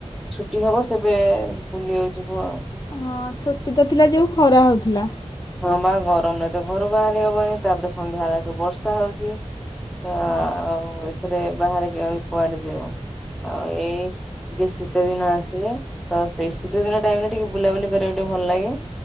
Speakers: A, in the centre; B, on the left (about 35°).
A: ଛୁଟି ହବ ସେବେ ବୁଲିବାକୁ ଯିବ ଆଉ।
B: ହଁ ଛୁଟି ତ ଥିଲା ଯୋଉ ଖରା ହୋଉଥିଲା।
A: ହଁ ବା ଗରମ ରେ ତ ଘରୁ ବାହାରି ହବନି ତାପରେ ସନ୍ଧ୍ୟା ବଳଠୁ ବର୍ଷା ହୋଉଚି। ତ
B: ହଁ
A: ଆଉ ଏଥିରେ ବାହାରିକି ଆଉ କୁଆଡେ ଯବ ଆଉ ଏ ଯୋଉ ଶୀତ ଦିନ ଆସିଲା ତ ସେଇ ଶୀତ ଦିନ ଟାଇମ୍ ରେ ଟିକେ ବୁଲାବୁଲି କରିବାକୁ ଟିକେ ଭଲ ଲାଗେ।